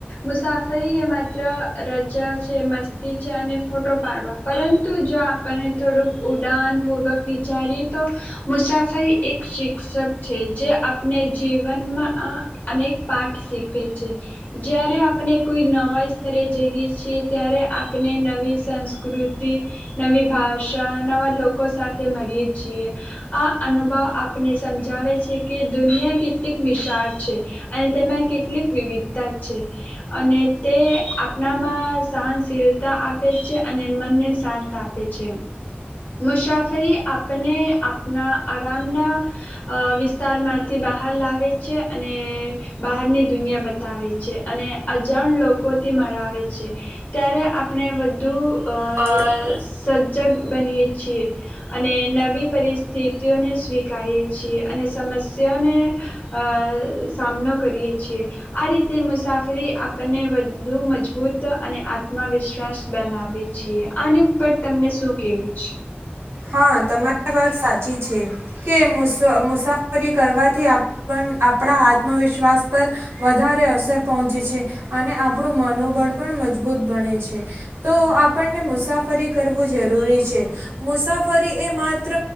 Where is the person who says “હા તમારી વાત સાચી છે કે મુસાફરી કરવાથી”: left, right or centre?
Right